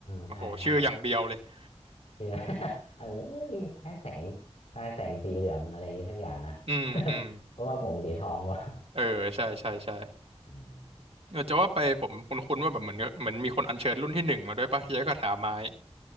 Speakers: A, on the right; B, on the left.
A: โอ้โหชื่ออย่างเบียวเลย
B: ใช่ใช่
A: <laughs>
B: เชื่อ <laughs> เออพลายแสงพลายแสงสีเหลืองอะไรอย่างงี้สักอย่างนะ
A: อืมอืม
B: <laughs> เพราะว่าผมสีทองวะ
A: เออใช่ใช่ใช่
B: อืม
A: เออจะว่าไปผมคุ้นๆว่าแบบเหมือนเหมือนมีคนอัญเชิญรุ่นที่หนึ่งมาด้วยป่ะที่ใช้คาถาไม้